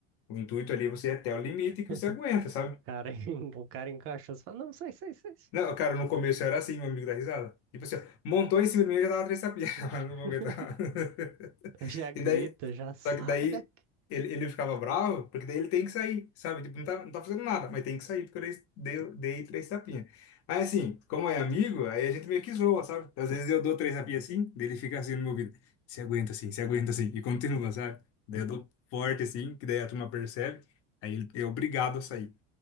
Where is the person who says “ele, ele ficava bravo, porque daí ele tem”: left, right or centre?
Left